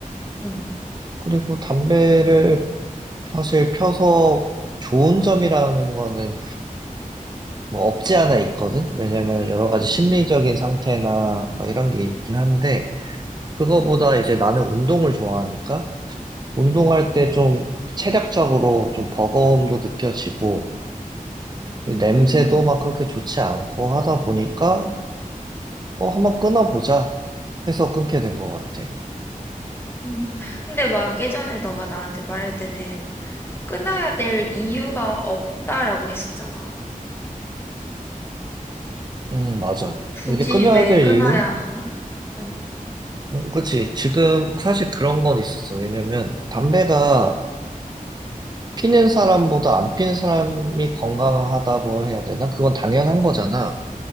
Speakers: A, on the left; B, on the right.
A: 응,
B: 그리고 담배를 사실 펴서 좋은 점이라는 거는 뭐 없지 않아 있거든? 왜냐면 여러 가지
A: 응,
B: 심리적인
A: 응,
B: 상태나 뭐 이런 게 있긴 한데, 그거보다
A: 응,
B: 이제 나는 운동을 좋아하니까 운동할
A: 응.
B: 때 좀 체력적으로 좀 버거움도 느껴지고 냄새도
A: 음,
B: 막 그렇게 좋지 않고 하다 보니까 어, 한번 끊어보자 해서 끊게 된 것 같아.
A: 음. 근데 막 예전에 너가 나한테 말할 때는 끊어야 될 이유가 없다라고 했었잖아.
B: 음, 맞아.
A: 굳이
B: 이게 끊어야
A: 왜
B: 될
A: 끊어야
B: 이유?
A: 하나? 응.
B: 음, 그렇지. 지금 사실 그런 건 있었어. 왜냐면 담배가 피는 사람보다 안 피는 사람이 건강하다고 해야 되나? 그건 당연한 거잖아.